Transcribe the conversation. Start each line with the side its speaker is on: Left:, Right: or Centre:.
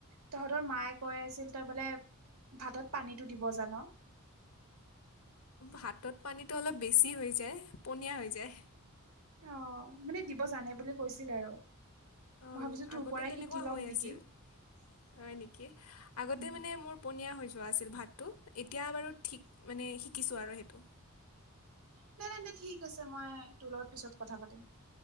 Right: তহঁতৰ মায়ে কৈ আছিল তই বোলে ভাতত পানীতটো দিব জান।
Left: হাতত পানীটো অলপ বেছি হৈ যায় পনীয়া হৈ যায়।
Right: অ', মানে দিব জানে বুলি কৈছিল আৰু।
Left: অ',
Right: মই ভাবিছো তোৰ
Left: আগতে
Right: পৰাই
Left: তেনেকুৱা
Right: শিকি ল'ম
Left: হৈ
Right: নেকি
Left: আছিল হয় নেকি আগতে
Right: উম,
Left: মানে মোৰ। পনীয়া হৈ যোৱা আছিল ভাতটো এতিয়া বাৰু ঠিক মানে শিকিছোঁ আৰু সেইটো।
Right: ন নাই ন ঠিক আছে মই তোৰ লগত পিছত কথা পাতিম।